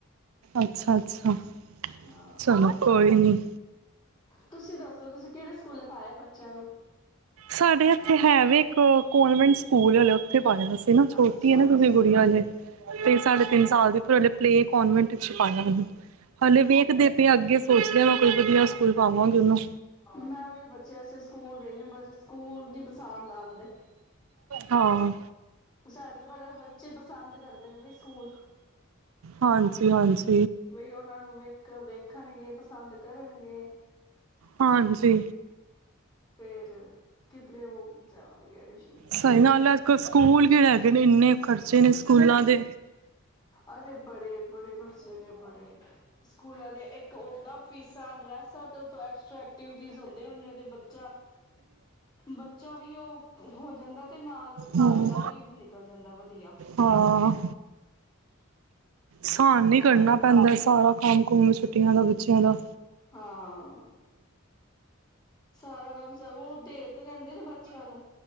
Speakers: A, on the right; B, on the left.
A: ਅੱਛਾ ਅੱਛਾ।
B: ਹਾਂ,
A: ਚਲੋ ਕੋਈ
B: ਹੋਰ,
A: ਨਹੀਂ
B: ਤੁਸੀਂ ਦੱਸੋ ਤੁਸੀਂ ਕਿਹੜੇ ਸਕੂਲੇ ਪਾਇਆ ਬੱਚਿਆਂ ਨੂੰ
A: ਸਾਡੇ ਇੱਥੇ ਹੈ ਵੀ ਇੱਕ ਕੌਨਵੈਂਟ ਸਕੂਲ ਹੈ ਉੱਥੇ ਪਾਇਆ ਸੀ ਨਾ ਛੋਟੀ
B: ਅੱਛਾ
A: ਹੈ ਨਾ
B: ਅੱਛਾ
A: ਕਿਉਕਿ ਗੁਡੀਆ ਅਜੇ, ਤੇ ਸਾਡੇ
B: ਹਮ
A: ਤਿੰਨ ਸਾਲ ਦੀ ਹਲੇ ਪਲੇਅ ਕਾਨਵੈਂਟ ਚ ਪਾਇਆ, ਹਾਲੇ ਵੇਖਦੇ ਪਏ ਅੱਗੇ ਸੋਚਦੇ ਮੈਂ ਕੋਈ ਵਧੀਆ ਸਕੂਲ ਪਾਵਾਂਗੀ ਉਹਨੂੰ
B: ਮੈਂ ਵੀ ਬੱਚੇ ਐਸੇ ਸਕੂਲ ਵੇਣੇ ਬੱਚੇ ਸਕੂਲ ਨੀ ਪਸੰਦ ਆਂਦੇ,
A: ਹਾਂ
B: ਸਾਡੇ ਤੋਂ ਪਹਿਲਾਂ ਬੱਚੇ ਪਸੰਦ ਕਰਦੇ ਨੇ ਵੀ ਸਕੂਲ
A: ਹਾਂਜੀ, ਹਾਂਜੀ।
B: ਵੀ ਉਹਨਾਂ ਨੂੰ ਵੇਖ ਇੱਕ ਵੇਖਣਗੇ ਪਸੰਦ ਕਰਨਗੇ
A: ਹਾਂਜੀ।
B: ਫੇਰ ਕਿਧਰੇ ਉਹ ਜਾਵੇਗਾ ਇਹਦੇ ਚ
A: ਸਹੀ ਨਾਲ ਅਜਕਲ੍ਹ ਸਕੂਲ ਕਿੜੈ ਲੇਕਿਨ ਇੰਨੇ ਖਰਚੇ ਨੇ ਸਕੂਲਾਂ ਦੇ
B: ਅਰੇ ਬੜੇ ਬੜੇ ਖਰਚੇ ਨੇ ਬੜੇ, ਸਕੂਲਾਂ ਦੇ ਇੱਕ ਓਦਾਂ ਫੀਸਾਂ ਡਰੈਸਾਂ ਤੇ ਐਕਸਟਰਾ ਐਕਟੀਵਿਟੀਜ ਹੁੰਦੀ ਤੇ ਬੱਚਾ, ਬੱਚਾ ਵੀ ਉਹ ਹੋ ਜਾਂਦਾ ਤੇ ਨਾਲ
A: ਹਮ,
B: ਸਾਡਾ ਵੀ ਨਿਕਲ ਜਾਂਦਾ ਵਧੀਆ
A: ਹਾਂ ਸਾਨ ਨੀ
B: ਤਾਂ
A: ਕਰਨਾ ਪੈਂਦਾ ਸਾਰਾ ਕੰਮ ਕੁਮ ਚ, ਛੁਟੀਆਂ ਦਾ ਬੱਚਿਆਂ ਦਾ
B: ਹਾਂ। ਸਾਰਾ ਕੰਮ ਸਗੋ ਉਹ ਤੇ ਕਹਿੰਦੇ ਨੇ ਬੱਚਿਆਂ ਨੂੰ